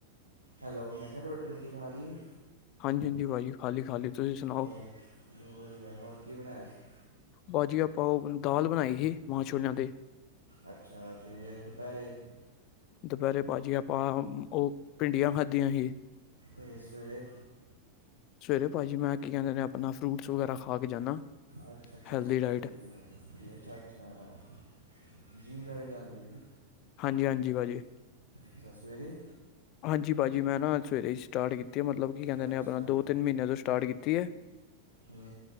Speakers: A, on the right (about 85°); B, on the left (about 40°).
A: ਹੈਲੋ ਮੈਂ ਕਿਹਾ ਰੋਟੀ ਰੁਟੀ ਖਾ ਲਈ
B: ਹਾਂਜੀ- ਹਾਂਜੀ ਭਾਜੀ ਹਾਂਜੀ ਖਾ ਲੀ ਤੁਸੀਂ ਸੁ
A: ਚ ਹੋਰ ਵਧੀਆ ਹੋਰ ਕੀ ਬਣਾਇਆ ਸੀ।
B: ਭਾਜੀ ਆ ਪਾਓ ਦਾਲ ਬਣਾਈ ਸੀ ਮਾਂ ਛੋਲਿਆਂ ਤੇ
A: ਅੱਛਾ ਤੇ ਦੁਪਹਿਰੇ
B: ਦੁਪਹਿਰੇ ਭਾਜੀ ਆਪਾਂ ਉਹ ਭਿੰਡੀਆਂ ਖਾਧੀਆਂ ਹੀ।
A: ਤੇ ਸਵੇਰੇ
B: ਸਵੇਰੇ ਭਾਜੀ ਮੈਂ ਕੀ ਕਹਿੰਦੇ ਆਪਣਾ ਫਰੂਟਸ ਵਗੈਰਾ ਖਾ ਕੇ ਜਾਂਦਾ।
A: ਅੱਛਾ- ਅੱਛਾ-
B: ਹੈਲਦੀ
A: ਅੱਛਾ
B: ਡਾਇਟ
A: ਚਲੋ ਵਧੀਆ ਜੀ ਅੱਛਾ -ਅੱਛਾ ਜੀ ਜਣੇ ਜਾਂਦੇ ਜੀ।
B: ਜੀ ਹਾਂਜੀ ਭਾਜੀ
A: ਅੱਛਾ ਸਵੇਰੇ।
B: ਹਾਂਜੀ ਭਾਅਜੀ ਮੈਂ ਨਾ ਸਵੇਰੇ ਹੀ ਸਟਾਰਟ ਕੀਤੀ ਹੈ ਮਤਲਬ ਕੀ ਕਹਿੰਦੇ
A: ਅੱਛਾ
B: ਨੇ ਆਪਣਾ ਦੋ ਤਿੰਨ ਮਹੀਨਿਆਂ ਤੋਂ ਸਟਾਰਟ ਕੀਤੀ ਹੈ
A: ਹੂੰ